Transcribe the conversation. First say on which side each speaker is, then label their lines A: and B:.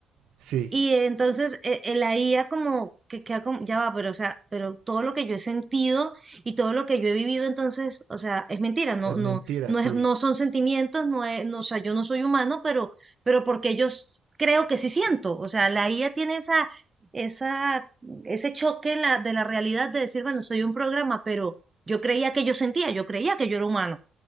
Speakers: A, on the right (about 80°); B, on the right (about 25°).
A: Sí,
B: y entonces e- e- la IA como que queda como, ya va, pero o sea, pero todo lo que yo he sentido y todo lo que yo he vivido, entonces, o sea, es mentira, no,
A: es
B: no,
A: mentira,
B: no
A: sí.
B: es, no son sentimientos, no es, no, o sea, yo no soy humano, pero, pero porque yo s- creo que sí siento. O sea, la IA tiene esa, esa, ese choque en la, de la realidad de decir, bueno, soy un programa, pero yo creía que yo sentía, yo creía que yo era humano.